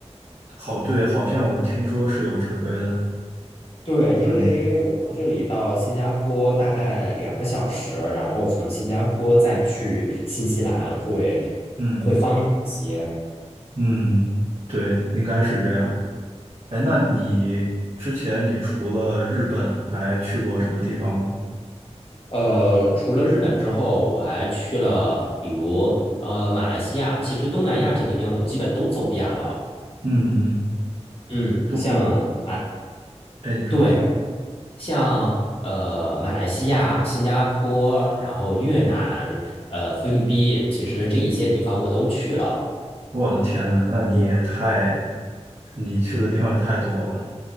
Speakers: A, on the right; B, on the left.
A: 好，对，好像我听说是有直飞的。
B: 对，因为我从这里到新加坡大概两个小时，
A: 嗯
B: 然后从新加坡再去新西兰会
A: 嗯
B: 会方便一些。
A: 嗯，对，应该是这样。哎，那你之前你除了日本还去过什么地方吗？
B: 呃，除了日本之后，我还去了比如呃马来西亚，其实东南亚这边我基本都走遍了。
A: 嗯嗯，
B: 嗯，
A: 都我，
B: 像马，
A: 哎，你说，
B: 对，像呃马来西亚、新加坡，然后越南、呃菲律宾，其实这一些地方我都去了。
A: 我的天啊，那你也太，你去的地方也太多了。